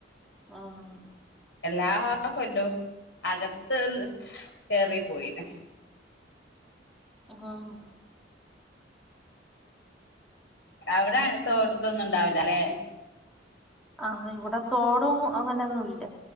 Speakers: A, in the centre; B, on the left.
A: ആഹ്
B: എല്ലാ കൊല്ലും അകത്ത് കയറി പോയിണ്
A: ആഹ്
B: അവിടെ തോടും ഇതൊന്നും ഉണ്ടാവുല്ല ലേ
A: ആഹ് ഇവിടെ തോടും അങ്ങനെ ഒന്നും ഇല്ല